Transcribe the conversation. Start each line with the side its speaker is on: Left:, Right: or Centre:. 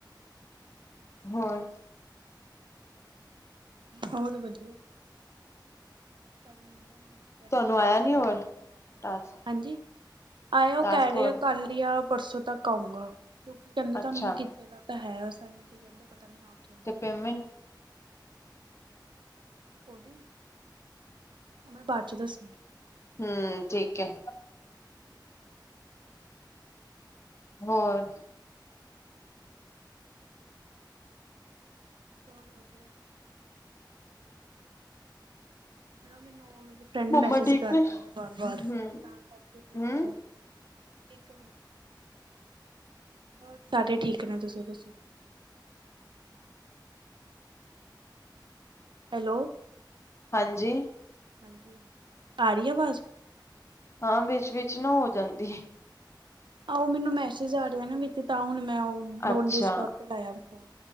Left: ਹੋਰ?
Right: ਹੋਰ ਵਧੀਆ। ਮੈਨੂੰ ਨਾ, ਮੇਰੀ ਫਰੈਂਡ
Left: ਤੁਹਾਨੂੰ
Right: ਮੈਸਜ
Left: ਆਇਆ ਨੀ
Right: ਕਰਦੀ
Left: ਹੋਰ
Right: ਪਈ ਬਾਰ ਬਾਰ
Left: ਟਾਸਕ
Right: ਹਾਂਜੀ? ਆਇਉ
Left: ਟਾਸਕ
Right: ਕਹਿ ਰਹੇ
Left: ਹੋਰ
Right: ਆ ਕੱਲ ਆ ਪਰਸੋਂ ਤੱਕ ਆਊਂਗਾ ਕਿਉਂਕਿ ਕਹਿੰਦੇ ਤੁਹਾਨੂੰ।
Left: ਅੱਛਾ
Right: ਕਿਹਾ ਤਾਂ ਹੈ ਸਾਈਨ ਤੇ ਕਹਿੰਦੇ ਪਤਾ ਨੀ ਆ ਕੇ।
Left: ਤੇ ਪੇਮੈਂਟ?
Right: ਉਹਦੀ ਉਹ ਮੈਂ ਬਾਅਦ ਚ ਦੱਸੂਗੀ।
Left: ਹਮ ਠੀਕ ਹੈ। ਹੋਰ?
Right: ਹੋਰ ਵਧੀਆ। ਮਤਲਬ ਮੈਂਨੂੰ ਉਹ ਵੀ। ਫਰੈਂਡ
Left: ਮੰਮਾ
Right: ਮੈਸੇਜ
Left: ਠੀਕ
Right: ਕਰ
Left: ਨੇ
Right: ਰਹੀ ਆ ਵਾਰ ਵਾਰ
Left: ਹੂੰ
Right: ਤਾਂ ਕਰਕੇ ਥੋੜ੍ਹਾ
Left: ਹੂੰ
Right: ਉਹ ਇੱਕ ਮਿੰਟ। ਹੋਰ ਸਾਰੇ ਠੀਕ ਨੇ ਤੁਸੀਂ ਦੱਸੋ? ਹੈਲੋ।
Left: ਹਾਂਜੀ।
Right: ਹਾਂਜੀ, ਆ ਰਹੀ ਅਵਾਜ?
Left: ਹਾਂ ਵਿੱਚ ਵਿਚ ਨਾ ਹੋ ਜਾਂਦੀ ਹੈ।
Right: ਆਹੋ ਮੈਨੂੰ ਮੈਸੇਜ ਆ ਰਿਹਾ ਨਾ ਵਿੱਚ ਤਾਂ ਹੁਣ ਮੈਂ ਉਹ ਡੋਂਟ
Left: ਅੱਛਾ
Right: ਡਿਸਟਰਬ ਤੇ ਲਾਇਆ ਏ ਫੋਨ।